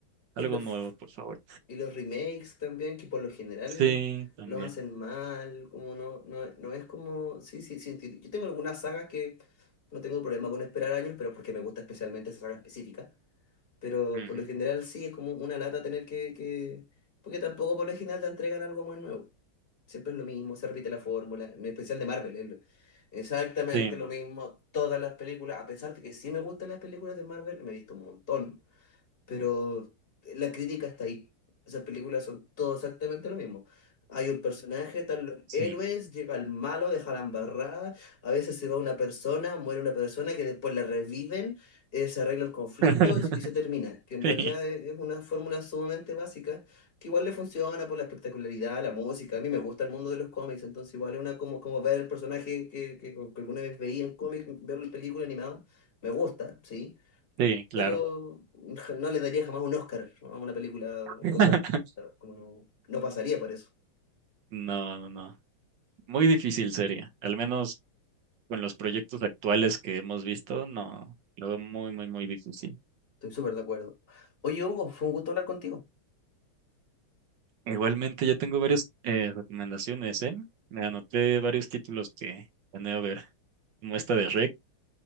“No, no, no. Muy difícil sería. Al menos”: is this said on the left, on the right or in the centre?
Right